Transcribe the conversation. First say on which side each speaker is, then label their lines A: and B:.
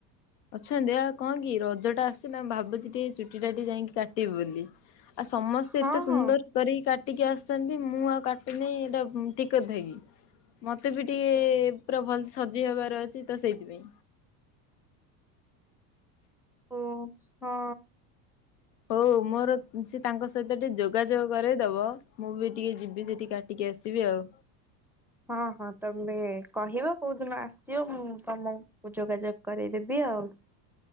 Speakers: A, on the left (about 80°); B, in the centre.
A: ଅଛନ୍ତି ପା କଣ କି ରଜ ଟା ଆସୁଚି ନା ମୁଁ ଭାବୁଛି ଟିକେ ଚୁଟି ଟା ଟିକେ ଯାଇକି କାଟିବି ବୋଲି। ଆଉ ସମସ୍ତେ
B: ହଁ
A: ଏତେ ସୁନ୍ଦର
B: ହଁ
A: କରିକି କାଟିକି ଆସିୁଛନ୍ତି ମୁଁ ଆଉ କାଟିନି ଏଇଟା ଠିକ୍ କଥାକି। ମତେ ବି ଟିକେ ପୁରା ଭଲ ସଜ ହବାର ଅଛି ତ ସେଇଥିପାଇଁ।
B: ଓ ହଁ।
A: ହଉ ହଉ ମୋର ସେ ତାଙ୍କ ସହିତ ଟିକେ ଯୋଗାଯୋଗ କରେଇଦବ। ମୁଁ ବି ଟିକେ ଯିବି ସେଠି କାଟିକି ଆସିବି ଆଉ।
B: ହଁ ହଁ ତମେ କହିବ କୋଉ ଦିନ ଆସିବ ମୁ ତମକୁ କୁ ଯୋଗାଯୋଗ କରେଇଦେବି ଆଉ।